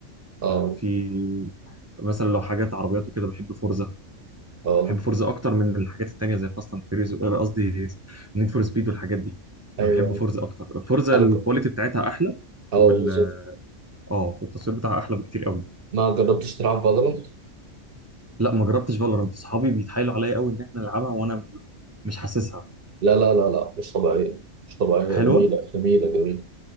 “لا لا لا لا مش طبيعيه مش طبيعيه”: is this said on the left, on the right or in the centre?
Right